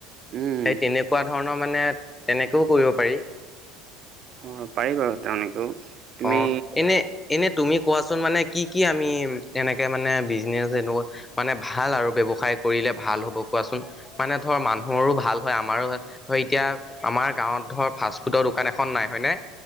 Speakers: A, on the right; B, on the left.
A: উম
B: সেই তেনেকুৱা ধৰণৰ মানে তেনেকেও কৰিব পাৰি।
A: অ পাৰি বাৰু তেনেকেও। তুমি
B: অ এনে এনে তুমি কোৱাচোন মানে কি কি আমি এনেকে মানে বিজনেছ এনেকুৱা মানে ভাল আৰু ব্যৱসায় কৰিলে ভাল হ'ব কোৱাচোন? মানে ধৰ মানুহৰো ভাল হয় আমাৰো হয়। ধৰ এতিয়া, আমাৰ গাঁৱত ধৰ ফাষ্টফুডৰ দোকান এখন নাই, হয়নে?